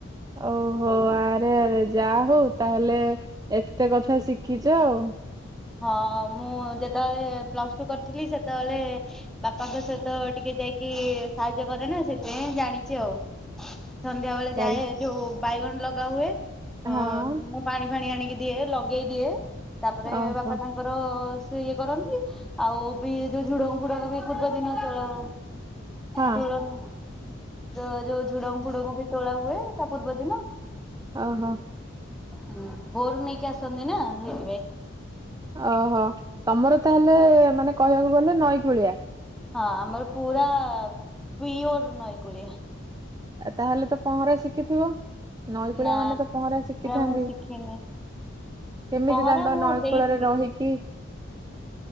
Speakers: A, on the right (about 20°); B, in the centre.
A: ଓହୋ ଆରେ ଆରେ ଯା ହଉ ତାହେଲେ ଏତେ କଥା ଶିଖିଛ ଆଉ।
B: ହଁ ମୁଁ ଯେତେବେଳେ ପ୍ଲସ୍ ଟୁ କରିଥିଲି ସେତେବେଳେ ବାପାଙ୍କ ସହିତ ଟିକେ ଯାଇକି ସାହାଯ୍ୟ କରେ ନା ସେଥିପାଇଁ ଜାଣିଛି ଆଉ। ସନ୍ଧ୍ୟା ବେଳେ
A: ତାହେଲେ
B: ଯାଏ ଯୋଉ ବାଇଗଣ ଲଗା ହୁଏ ଅ,
A: ହଁ
B: ମୁ ପାଣି ଫାଣି ଆଣିକି ଦିଏ ଲଗେଇ ଦିଏ, ତାପରେ
A: ଓହୋ
B: ବା ଙ୍କର ସେ ଇଏ କରନ୍ତି, ଆଉ ବି ଯୋଉ ଝୁଡଙ୍ଗ ଫୁଡଙ୍ଗ ବି ପୂର୍ବ ଦିନ ତୋଳା
A: ହଁ
B: ତୁଳନା। ତ ଯୋଉ ଝୁଡଙ୍ଗ ଫୁଡଙ୍ଗ ବି ତୋଳା ହୁଏ ତା ପୂର୍ବ ଦିନ।
A: ଅ ହ।
B: ହୁଁ ଭୋରୁ ନେଇକି ଆସନ୍ତି ନା ସେଇଥିପାଇ।
A: ଓହୋ ତମର ତାହେଲେ ମାନେ କହିବାକୁ ଗଲେ ନଈକୂଳିଆ?
B: ହଁ ଆମର ପୁରା ପିଓର ନଈ କୂଳିଆ।
A: ତାହେଲେ ତ ପହଁରା ଶିଖିଥିବ, ନଈ କୂଳିଆ
B: ନା
A: ମାନେ ତ ପହଁରା ଶିଖିଥାନ୍ତି।
B: ମୁଁ ଶିଖିନି।
A: କେମିତି
B: ପହଁରା
A: ତାହେଲେ ତମେ
B: ମୋ
A: ନଈ
B: ଦେଇ
A: କୂଳରେ
B: ସିକିଚି।
A: ରହିକି